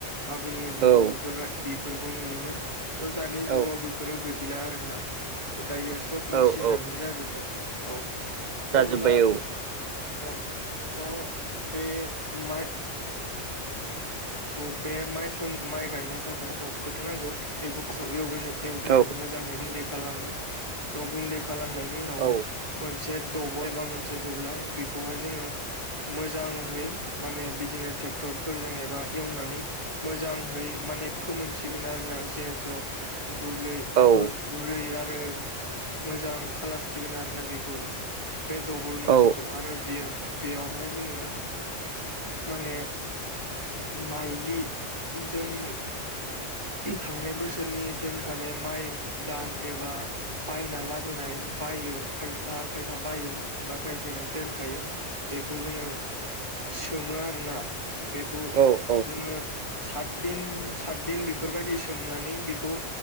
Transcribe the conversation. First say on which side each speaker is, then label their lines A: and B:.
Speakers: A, on the right; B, on the right.
A: आगोलनि जुगाव
B: औ
A: बेफोरबाय बेफोरखौ नुयोमोन त दानि
B: औ
A: जुगाव बेफोरो गै गैला आरोना दायो सब
B: औ
A: मेचिनानो
B: औ
A: जाजोबबाय औ त
B: जाजोब्बाय
A: होनब्ला अ बे मा बे माइ फो माइ गायनो थाखाय फासाव फोथोनांगौ बेखौ फासाव एवग्रोनो एवनानै
B: औ
A: मोजाङै गुन्दै खालामो स' गुन्दै खालामनायनि उनावहाय
B: औ
A: मोनसे दब' एबा मोनसे दब्लाय बेखौहाय जोंङो मोजाङै माने बिदिनो ट्रेक्टरफोरजों एबा एवनानै मोजांहै माने फोमोनसिगोन आरो ना जिहेथु गुरलै
B: औ
A: गुरै आरो मोजां खालामसिगोन आरोना बेखौ बे दबल मोनसेखौ
B: औ
A: आरो बेयो बेयावहाय जोङो माने माइलि जों थांनाय बोसोरनि दोनखानाय माइ दान एबा बायना लाबोनाय बायो खायफा खायफा बायो एबा खायफाय दोनखायो बेखौ जोङो सोमो आरोना बेखौ
B: औ औ।
A: जोङो सतदिन सातदिन बेफोरबायदि सोमनानै बेखौ